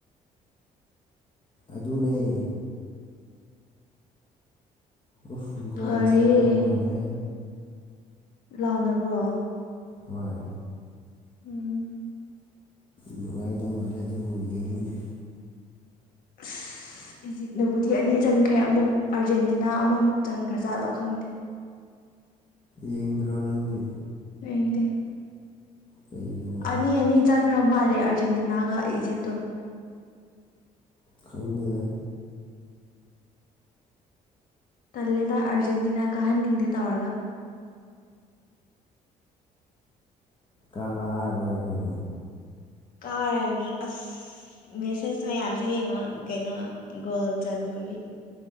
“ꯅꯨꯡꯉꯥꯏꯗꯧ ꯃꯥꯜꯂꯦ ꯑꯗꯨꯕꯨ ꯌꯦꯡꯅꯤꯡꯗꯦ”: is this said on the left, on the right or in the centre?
Left